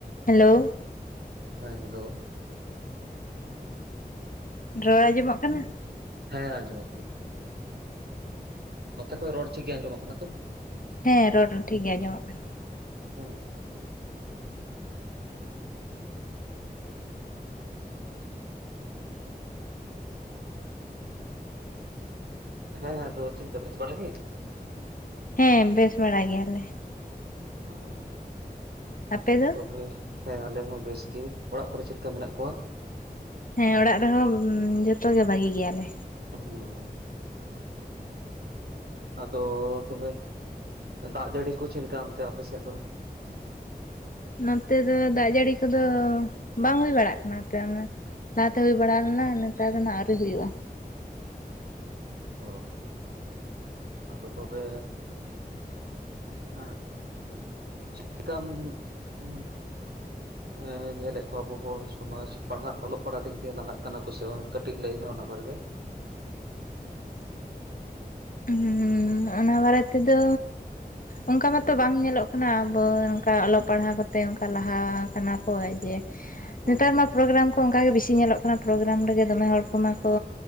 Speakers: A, on the left; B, on the right.
A: Hello
B: ᱦᱮᱸ hello.
A: ᱨᱚᱲ ᱟᱸᱡᱚᱢᱚᱜ ᱠᱟᱱᱟ᱾
B: ᱦᱮᱸ ᱟᱸᱡᱚᱢᱚᱜ ᱠᱟᱱᱟ᱾ ᱱᱚᱛᱮ ᱠᱚ ᱨᱚᱲ ᱴᱷᱤᱠ ᱜᱮ ᱟᱸᱡᱚᱢᱚᱜ ᱠᱟᱱᱟ ᱛᱚ᱾
A: ᱦᱮᱸ ᱨᱚᱲ ᱴᱷᱤᱠ ᱜᱮ ᱟᱸᱡᱚᱢᱚᱜ ᱠᱟᱱᱟ᱾
B: <inaudible> ᱦᱮᱸᱻᱦᱮᱸ ᱟᱫᱚ ᱪᱮᱫ ᱞᱮᱠᱟ ᱵᱮᱥ ᱵᱟᱲᱟ ᱜᱮ?
A: ᱦᱮᱸ ᱵᱮᱥ ᱵᱟᱲᱟ ᱜᱮᱭᱟᱻᱞᱮ
B: ᱚᱻ
A: ᱟᱯᱮ ᱫᱚ?
B: ᱛᱚᱵᱮ ᱦᱮᱸ ᱟᱞᱮ ᱦᱚᱸ ᱵᱮᱥ ᱜᱮ, ᱚᱲᱟᱜ ᱠᱚᱨᱮ ᱪᱮᱫ ᱞᱮᱠᱟ ᱢᱮᱱᱟᱜ ᱠᱚᱣᱟ?
A: ᱦᱮᱸ ᱚᱲᱟᱜ ᱨᱮᱦᱚᱸ ᱡᱚᱛᱚ ᱜᱮ ᱵᱷᱟᱜᱤ ᱜᱮᱭᱟᱞᱮ᱾
B: ᱦᱩᱸ ᱟᱫᱚ ᱛᱚᱵᱮ ᱫᱟᱜ ᱡᱟᱹᱲᱤ ᱠᱚ ᱪᱮᱫ ᱞᱮᱠᱟ ᱚᱱᱛᱮ ᱟᱯᱮᱥᱮᱫ ᱫᱚ᱾
A: ᱱᱚᱛᱮ ᱫᱚ ᱫᱟᱜ ᱡᱟᱹᱲᱤ ᱠᱚᱫᱚ ᱵᱟᱝ ᱦᱩᱭ ᱵᱟᱲᱟᱜ ᱠᱟᱱᱟ ᱟᱯᱮ ᱚᱱᱟ᱾ ᱞᱟᱦᱟᱛᱮ ᱦᱩᱭ ᱵᱟᱲᱟ ᱞᱮᱱᱟ, ᱱᱮᱛᱟᱨ ᱫᱚ ᱱᱟᱦᱟᱜ ᱟᱹᱣᱨᱤ ᱦᱩᱭᱩᱜᱼᱟ᱾
B: ᱚ, ᱟᱫᱚ ᱛᱚᱵᱮ᱾ ᱟᱸᱦ ᱪᱮᱫᱠᱻᱟᱢ <unintelligible> ᱦ ᱮᱸ ᱧᱮᱞᱻᱮᱫ ᱠᱚᱣᱟ ᱟᱵᱚ ᱦᱚᱲ ᱥᱚᱢᱟᱡᱽ ᱯᱟᱲᱦᱟᱜ ᱚᱞᱚᱜ ᱯᱟᱲᱦᱟᱜ ᱫᱤᱠ ᱫᱤᱭᱮ ᱞᱟᱦᱟᱜ ᱠᱟᱱᱟ ᱠᱚ ᱥᱮ ᱵᱟᱝ ᱠᱟᱹᱴᱤᱡ ᱞᱟᱹᱭ ᱢᱮ ᱚᱱᱟ ᱵᱟᱨᱮ ᱨᱮ
A: ᱦᱩᱸ ᱚᱱᱟ ᱵᱟᱨᱮ ᱛᱮ ᱫᱚ ᱚᱱᱠᱟ ᱢᱟᱛᱚ ᱵᱟᱝ ᱧᱮᱞᱚᱜ ᱠᱟᱱᱟ ᱟᱵᱚ ᱚᱱᱠᱟ ᱚᱞᱚᱜ ᱯᱟᱲᱦᱟᱣ ᱠᱚᱛᱮ ᱚᱱᱠᱟ ᱞᱟᱦᱟ ᱠᱟᱱᱟ ᱠᱚ ᱡᱮ
B: ᱦᱩᱸ
A: ᱱᱮᱛᱟᱨ ᱢᱟ ᱯᱨᱳᱜᱨᱟᱢ ᱠᱚ ᱚᱱᱠᱟ ᱜᱮ ᱵᱮᱥᱤ ᱧᱮᱞᱚᱜ ᱠᱟᱱᱟ ᱯᱨᱳᱜᱨᱟᱢ ᱨᱮᱜᱮ ᱫᱚᱢᱮ ᱦᱚᱲ ᱠᱚᱢᱟ ᱠᱚ